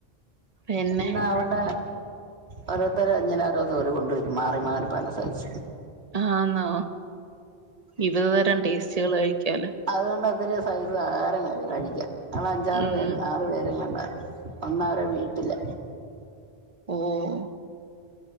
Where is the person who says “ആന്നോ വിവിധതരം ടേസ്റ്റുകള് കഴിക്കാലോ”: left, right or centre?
Right